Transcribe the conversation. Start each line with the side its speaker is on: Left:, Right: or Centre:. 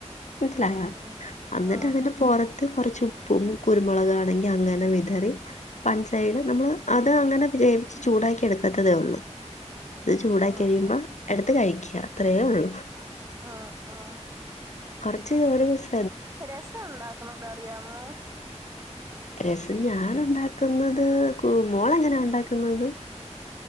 Left: മനസ്സിലായ
Right: ഉം ഉം
Left: അന്നിട്ട്
Right: ഉം
Left: അതി പുറത്ത് കുറച്ച് ഉപ്പും കുരുമുളകാണെങ്കി അങ്ങനെ വിതറി വൺ സൈഡ് നമ്മള് അത് അങ്ങനെ വേവിച്ച് ചൂടാക്കി എടുക്കത്തതേ ഉള്ളൂ അത് ചൂടായി
Right: ഉം
Left: കഴിയുമ്പോ
Right: ഉം
Left: എടുത്ത് കഴിക്ക അത്രയേള്ളൂ
Right: ആ ആ
Left: കൊറച്ച് ഒരുസ്
Right: രസം ഉണ്ടാക്കുന്നത് അറിയാമോ
Left: രസം ഞാൻ ഉണ്ടാക്കുന്നത് കു മോള എങ്ങനെയ ഉണ്ടാക്കുന്നത്?